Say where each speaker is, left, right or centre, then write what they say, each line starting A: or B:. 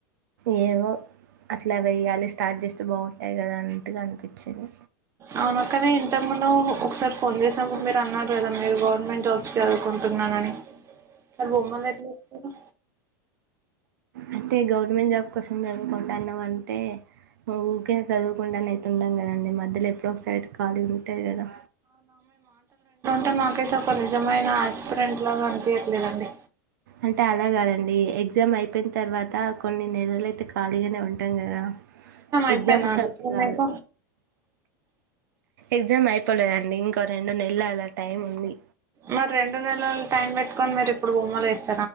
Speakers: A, on the right; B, on the right.
A: ఏమో అట్లా వెయ్యాలి స్టార్ట్ చేస్తే బాగుంటాయి కదా అన్నట్టుగా అనిపిచ్చింది
B: అవునా కానీ ఇంతకుముందు ఒకసారి ఫోన్ జేసినప్పుడు మీరు అన్నారు గదా మీరు గవర్నమెంట్ జాబ్స్ కి చదువుకుంటున్నానని మరి బొమ్మలు ఎట్లా ఇత్తరు
A: అంటే గవర్నమెంట్ జాబ్ కోసం చదువుకుంటాన్నామ్ అంటే ఊకే చదువుకుడానేయి ఉన్నాం గదండి మధ్యల ఏప్ బ్రో సైయిడ్ కాళీ ఉంటే గదా
B: అంటే మాకైతే ఒక నిజమైన ఆస్పిరెంట్ లాగా అనిపియ్యట్లేదండి
A: అంటే అలా గాదండి ఎగ్జామ్ అయిపోయిన తర్వాత కొన్ని నెలలు అయితే ఖాళీగానే ఉంటాం గదా
B: అయిపోయిందా
A: ఎగ్జామ్ ఉంట
B: అండి
A: అప్పుడు
B: ఇప్పుడు
A: గాదు
B: మీకు
A: ఎగ్జామ్ అయిపోలేద అండి ఇక్ తో రెండు నెల అలా టైం ఉంది
B: మరి రెండు నెలలు టైం బెట్టు కోన్ మీరు ఇప్పుడు బొమ్మలు ఏస్